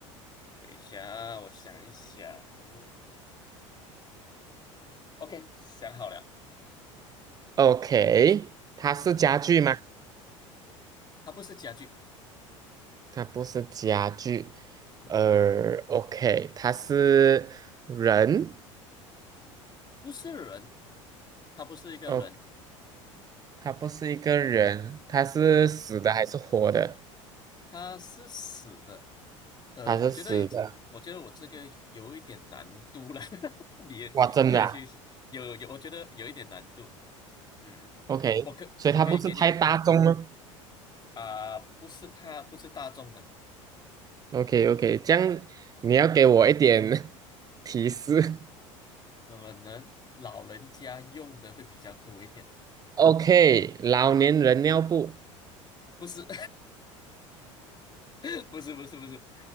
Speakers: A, on the left (about 25°); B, on the right (about 25°).
A: 等一下，我想一想，嗯，OK，想好了。
B: ，OK。它是家具吗？
A: 嗯，它不是家具，
B: 它不是家具。
A: 嗯哼，
B: 呃，OK，它是人。
A: 不是人，它不是一个人，
B: 哦，它不是一个人，它是死的还是活的？
A: 嗯哼，它是死的，呃，
B: 它是死的。
A: 我觉得，我觉得我这个有一点难度了，<laughs> 你也你要去有有，
B: 哇，真的啊
A: 我觉得有一点难度。嗯，
B: ？OK，
A: 我可我可以给你
B: 所以它不是太大众吗
A: 啊、不是他不是大众的，
B: ？OK，OK，这样你要给我一点 <laughs> 提示。
A: 可能老人家用的会比较多一点，
B: OK，老年人尿布
A: 不是 <laughs> 不是不是不是，